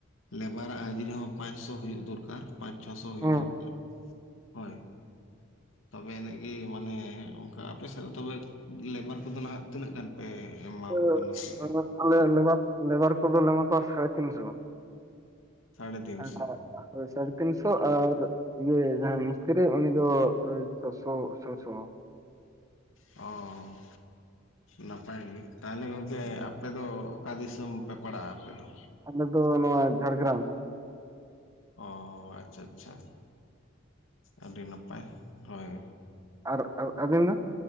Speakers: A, on the left; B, on the right.
A: ᱞᱮᱵᱟᱨᱟᱜ ᱦᱟᱹᱡᱨᱤ ᱦᱚᱸ ᱯᱟᱸᱪ ᱥᱳ ᱦᱩᱭᱩᱜ ᱫᱚᱨᱠᱟᱨ ᱯᱟᱸᱪ ᱪᱷᱚ ᱥᱳ ᱦᱩᱭᱩᱜ
B: ᱦᱮᱸ
A: ᱫᱚᱨᱠᱟᱨ ᱦᱳᱭᱼᱼᱼ ᱛᱚᱵᱮ ᱮᱱᱮᱜ ᱜᱮ ᱢᱟᱱᱮ ᱚᱱᱠᱟ ᱟᱯᱮᱥᱮᱜ ᱫᱚ ᱛᱚᱵᱮ ᱞᱮᱵᱟᱨ ᱠᱚᱫᱚ ᱱᱟᱦᱟᱜ ᱛᱤᱱᱟᱹᱜ ᱜᱟᱱ? ᱯᱮ ᱮᱢᱟᱠᱚ
B: <unintelligible>
A: ᱠᱟᱱᱟ ᱥᱮ
B: ᱟᱞᱮ ᱞᱮᱵᱟᱨ ᱠᱚᱫᱚ ᱞᱮ ᱮᱢᱟ ᱠᱚᱣᱟ ᱥᱟᱲᱮ ᱛᱤᱱᱥᱳ᱾
A: ᱥᱟᱲᱮ ᱛᱤᱱᱥᱚ
B: <unintelligible> ᱥᱟᱲᱮ ᱛᱤᱱ ᱥᱳ ᱟᱨ ᱤᱭᱟᱹ ᱡᱟᱦᱟᱸᱭ ᱢᱤᱥᱛᱨᱤ ᱩᱱᱤ ᱫᱚ ᱪᱷᱚ ᱥᱳ ᱥᱚᱼᱥᱚ ᱾
A: ᱚᱸᱻ, ᱱᱟᱯᱟᱭ ᱜᱮ ᱛᱟᱦᱞᱮ ᱜᱚᱝᱠᱮ ᱟᱯᱮ ᱫᱚ ᱚᱠᱟ ᱫᱤᱥᱚᱢ ᱯᱮ ᱯᱟᱲᱟᱜᱼᱟ ᱟᱯᱮ ᱫᱚ?
B: ᱟᱞᱮ ᱫᱚ ᱱᱚᱣᱟ ᱡᱷᱟᱲᱜᱨᱟᱢ᱾
A: ᱚ ᱟᱪᱪᱷᱟ ᱟᱪᱪᱷᱟ ᱟᱹᱰᱤ ᱱᱟᱯᱟᱭ᱾ ᱦᱳᱭ
B: ᱟᱨ ᱟᱨ ᱟᱹᱵᱤᱱ ᱫᱚ?